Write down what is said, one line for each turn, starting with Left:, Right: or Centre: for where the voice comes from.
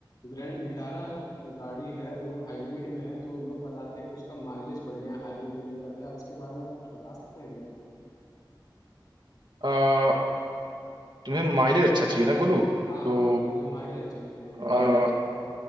Left: ग्रैंड विटारा गाड़ी है वो हाइब्रिड में है तो लोग बताते हैं कि उसका माइलेज बढ़िया है हाइब्रिड इंजन का क्या उसके बारे में आप कुछ बता सकते हैं भैया
Right: अ, तुम्हें माइलेज अच्छा चाहिए ना गोलू
Left: हाँ
Right: तो
Left: हाँ भैया मुझे माइलेज अच्छा चाहिए भैया
Right: अ,